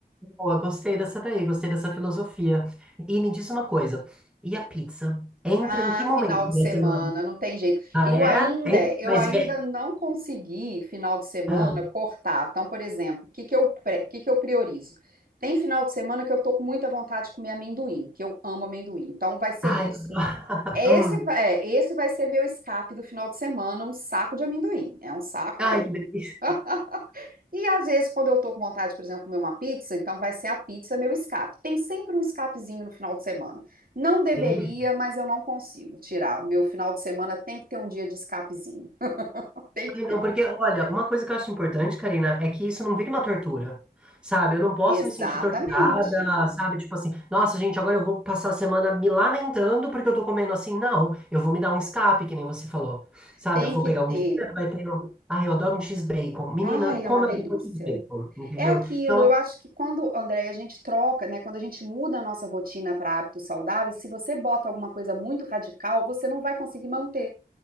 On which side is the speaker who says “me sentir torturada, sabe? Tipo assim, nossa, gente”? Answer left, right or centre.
Centre